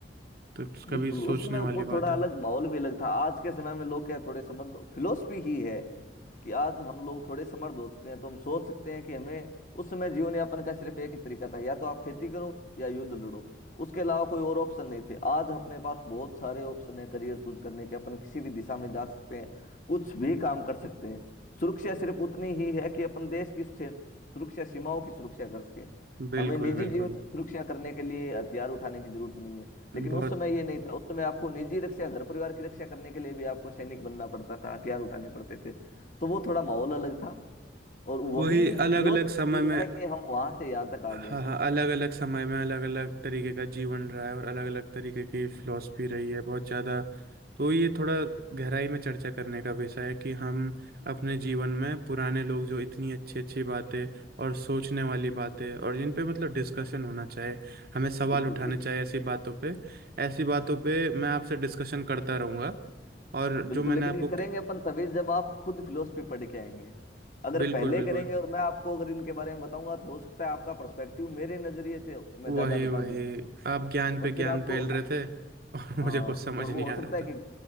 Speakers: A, on the right (about 55°); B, on the left (about 45°).
A: तो कभी
B: बिल्कुल
A: सोचने
B: उस समय
A: वाली
B: वो
A: बात
B: थोड़ा
A: है
B: अलग माहौल भी अलग था आज के समय में लोग क्या है, थोड़े समर्थ फिलोसफी ही है कि आज हम लोग थोड़े समर्थ हो चुके हैं तो हम सोच सकते हैं कि हमें उस समय जीवन यापन का सिर्फ एक ही तरीका था या तो आप खेती करो या युद्ध लड़ो उसके अलावा कोई और ऑप्शन नहीं थे आज अपने पास बहुत सारे ऑप्शन है करियर चूज करने के अपन किसी भी दिशा में जा सकते हैं कुछ भी काम कर सकते हैं सुरक्षा सिर्फ उतनी ही है कि अपन देश की से- सुरक्षा सीमाओं की सुरक्षा कर सके
A: बिल्कुल
B: हमें निजी
A: बिल्कुल
B: जीवन की सुरक्षा करने के लिए हथियार उठाने की जरूरत नहीं है
A: बहुत
B: लेकिन उस समय ये नहीं था उस समय आपको निजी रक्षा घर परिवार की रक्षा करने के लिए भी आपको सैनिक बनना पड़ता था हथियार उठाने पड़ते थे तो वो थोड़ा माहौल अलग था और वही
A: वही अलग
B: फिलोसफी
A: अलग समय में
B: है कि हम वहां से यहाँ तक आ
A: हाँ
B: गए
A: हाँ अलग अलग समय में अलग अलग तरीके का जीवन रहा है और अलग अलग तरीके की फिलॉसफी रही है बहुत ज़्यादा तो ये थोड़ा गहराई में चर्चा करने का विषय है कि हम अपने जीवन में पुराने लोग जो इतनी अच्छी अच्छी बातें और सोचने वाली बातें और जिन पे मतलब डिस्कशन होना चाहिए हमें सवाल
B: बिल्कुल
A: उठाने
B: इस
A: चाहिए ऐसी बातों पे ऐसी बातों पे मैं आपसे डिस्कशन करता रहूंगा और
B: बिल्कुल
A: जो मैंने
B: लेकिन
A: आपको
B: ये करेंगे अपन तभी जब आप खुद फिलोसफी पढ़ के आएंगे अगर
A: बिल्कुल
B: पहले
A: बिल्कुल
B: करेंगे और मैं आपको अगर इनके बारे में बताऊंगा तो हो सकता है आपका पर्सपेक्टिव मेरे नजरिए से मैं
A: वही
B: ज्यादा बता
A: वही
B: दूं
A: आप ज्ञान पे
B: और
A: ज्ञान
B: फिर आपको
A: पेल रहे थे और <laughs>
B: आ,
A: मुझे
B: और
A: कुछ समझ
B: वो
A: नहीं
B: हो
A: आ
B: सकता
A: रहा
B: है
A: था
B: कि